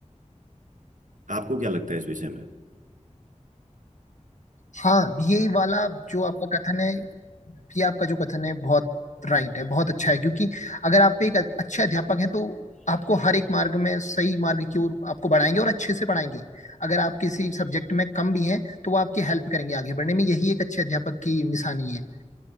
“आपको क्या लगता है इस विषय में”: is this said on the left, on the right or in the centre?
Right